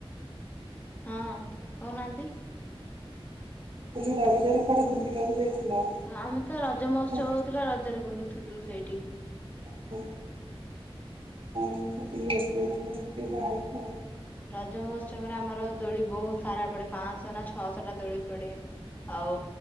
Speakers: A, on the left; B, on the right.
A: ହଁ କହୁନାହାନ୍ତି?
B: ତ ଯୋଉ ରାଜରେ କଡେ ବୁଲିବାକୁ ଯାଇଥିଲ?
A: ଆମେ ତ ରଜ ମହୋତ୍ସବ
B: ହଁ
A: ହଉଥିଲା ରଜରେ ବୁଲୁଥିଲୁ ସେଇଠି।
B: ହୁଁ। କ ବ ବଥ ବଠିକ ବାହାରକୁ
A: ରଜ ମହୋତ୍ସବରେ ଆମର ଦୋଳି ବହୁତ ସାରା ପଡେ ପାଞ୍ଚଶହ ନା ଛଅଶହ ଟା ଦୋଳି ପଡେ ଆଉ